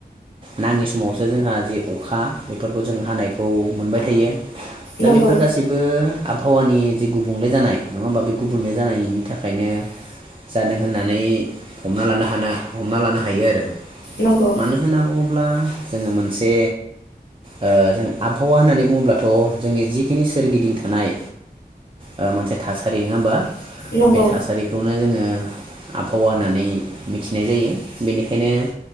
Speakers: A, on the right (about 30°); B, on the left (about 70°).
A: नाङि समावसो जोंहा जि अखा बेफोरखौ जों हानायखौ मोनबाय थायो। दा
B: नंगौ
A: बेफोर गासैबो आबहावानि जे गुबुंले जानाय नङा होमबा बे गुबुंले जानायनि थाखायनो जादों होननानै हमना लानो हानो हमना लानो हायो आरो।
B: नंगौ
A: मानो होनना बुङो ब्ला जोङो मोनसे ओ जों आबहावा होननानै बुङोब्लाथ' जोंनि जिखिनि सोरगिदिं थानाय ओ मोनसे थासारि नङा होमबा?
B: नंगौ
A: बे थासारिखौनो जोङो ओ आबहावा होननानै मिथिनाय जायो बेनिखायनो